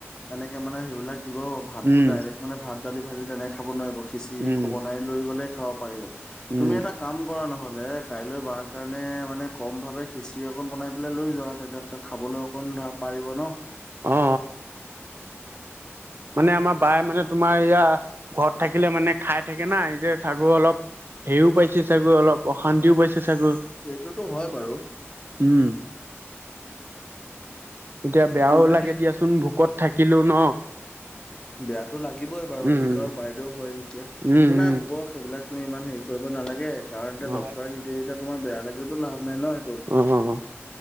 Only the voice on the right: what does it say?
উম
উম
উম
অ অ। মানে আমাৰ বাইে মানে তোমাৰ এয়া ঘৰত থাকিলে মানে খাই থাকে না এই যে চাগুৰ অলপ হেৰিও পাইছে চাগৈ অলপ। অশান্তিও
পাইছে চাগৈ,
উম। এতিয়া বেয়াও
লাগে দিয়াচোন ভোকত থাকিলো ন।
উম
উম
উম
উম
অ অ